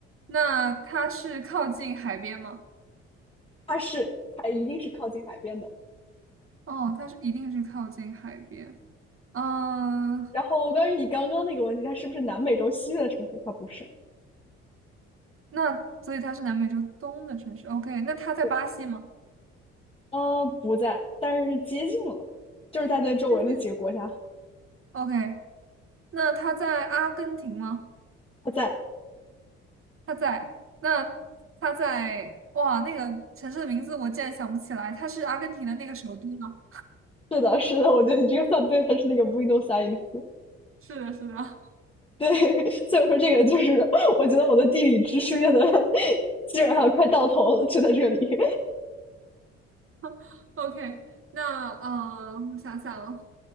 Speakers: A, on the right; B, on the left.
A: 那它是靠近海边吗？
B: <laughs> 它是，它一定是靠近海边的。
A: 哦，它是一定是靠近海边。嗯，
B: 然后关于你刚刚那个问题，它是不是南美洲西边的城市？它不是，
A: 那所以它是南美洲东的城市。OK，那它在巴西吗？
B: 对，啊，不在，但是接近了，就是在那周围那几个国家，
A: 接近了 OK，那它在阿根廷吗？
B: 它在。
A: 他在那他在哇，那个城市的名字我竟然想不起来，它是阿根廷的那个首都吗？
B: 是的，是的，我觉得你这个算对，它是那个 Buenos Aires。
A: 是的，是的。
B: 对，<laughs> 所以我说这个就是，我觉得我的地理知识面的 <laughs> 基本上快到头了，就在这里。
A: <laughs> OK，那嗯，我想想哦，